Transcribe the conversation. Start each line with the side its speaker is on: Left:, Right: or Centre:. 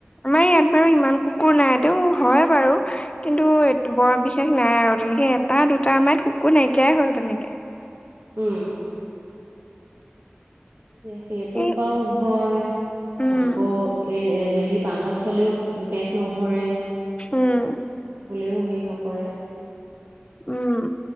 Left: আমাৰ ইয়াত বাৰু ইমান কুকুৰ নাই টোও হয়ে বাৰু। কিন্তু বৰ বিশেষ নাই আৰু, তেনেকে এটা দুটা আমাৰ কুকুৰ নাইকিয়াই হ'ল তেনেকে।
Right: উম। এতিয়া সেইটো
Left: এই
Right: পৰাও ভয়।
Left: উম,
Right: আকৌ এ হেৰি বান্ধত থলেও পেট নব ভৰে খাবলেও
Left: উম,
Right: হেৰি নকৰে
Left: উম